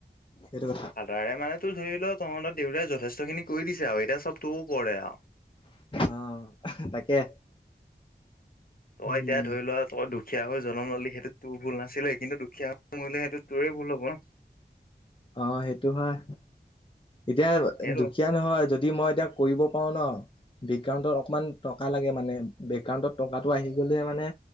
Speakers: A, on the left; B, on the left.
A: সেইটো কথা
B: ফাদাৰে মানে তোৰ ধৰি ল তহঁতৰ দেউতাই যথেষ্টখিনি কৰি দিছে আৰু এতিয়া চব তোৰ ওপৰতে আৰু।
A: অ', তাকে।
B: তই
A: উম
B: এতিয়া ধৰি লোৱা তই দুখীয়া হৈ জ জনম ল'লি সেইটোত তোৰ ভুল নাছিলে। কিন্তু দুখীয়া হৈ মৰিলে সেইটো তোৰে ভুল হ'ব ন।
A: অ', সেইটো হয়। এতিয়া
B: সেইটো
A: দুখীয়া নহয় যদি মই এতিয়া কৰিব পাৰো ন, বেকগ্ৰাউণ্ডত অকমান টকা লাগে মানে। বেকাউণ্টত টকাটো আহি গ'লে মানে